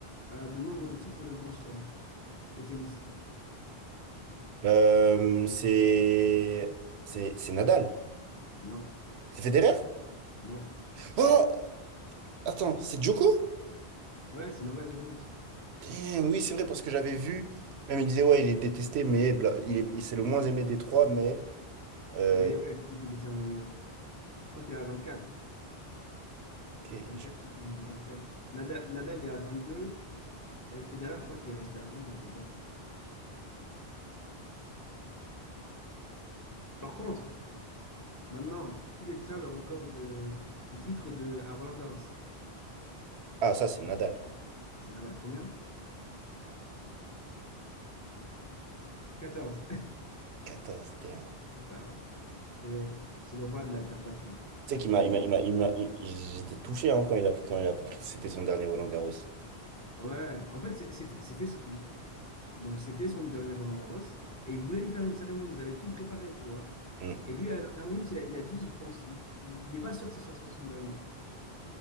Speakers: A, on the left; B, on the right.
A: euh, de nombre de titres de Grand Chelem au tennis?
B: Euh, c'est c'est c'est Nadal.
A: Non,
B: C'est Federer?
A: non.
B: Oh, attends, c'est Djoko?
A: Ouais, c'est Novak Djokovic.
B: Damn, oui, c'est vrai parce que j'avais vu. Même il disait ouais, il est détesté, mais bla- il est il- c'est le moins aimé des trois, mais euh,
A: Mais ouais, c'est lui qui détient le. Je crois qu'il est à 24.
B: ok, je-
A: 24 qui est du Grand Chelem. Nadal, Nadal, il est à 22. Et Federer, je crois qu'il est resté à 20 ou 21. Par contre, maintenant, qui détient le record de, de titres de, à Roland-Garros?
B: ah ça c'est Nadal.
A: C'est Nadal. Combien? 14.
B: 14, damn.
A: 14. C'est c'est le roi de la terre battue.
B: Tu sais
A: C'est
B: qu'il m'a
A: lui.
B: il m'a il m'a il m'a- il- j'étais touché hein, quand il a quand il a pris c'était son dernier Roland Garros.
A: Ouais, en fait, c'est- c'était, c'était son- donc c'était son dernier Roland-Garros et ils voulaient lui faire une cérémonie, ils avaient tout préparé, tu vois.
B: Hum,
A: Et lui, à la dernière minute, il a, il a dit, il pense, il, il n'est pas sûr que ce soit son son dernier.